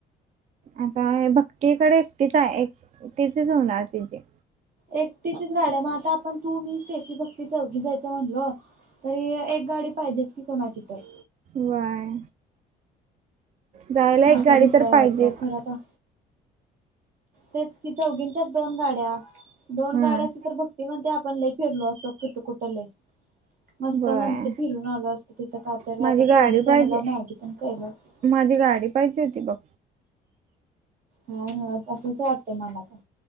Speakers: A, on the right; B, on the right.
A: आता भक्तीकडे एकटीच आहे. एकटीचीच होणार तिची.
B: एकटीचीच गाडी हाय, मग आता आपण तू, मी, स्टेफी, भक्ती, चौघी जायचं म्हणलो तरी एक गाडी पाहिजेच की कोणाची तर,
A: व्हय. जायला एक
B: असा
A: गाडी
B: विषय
A: तर
B: आहे
A: पाहिजेच
B: तो, खर तर तेच की चौघींच्याच दोन गाड्या, दोन
A: हम्म
B: गाड्या, असल्या तर भक्ती म्हणत्या पण लई फिरलो असतो. कुठ-कुठ लई. मस्त
A: व्हय
B: म्हणते फिरून आलो असतो. तिथं काहीतरी,
A: माझी
B: आता
A: गाडी
B: चौघच
A: पाहिजे
B: हाय म्हणण्यावर मला मॅगी पण केलं असत.
A: माझी गाडी पाहिजे होती बघ!
B: हा असंच वाटतय मला पण.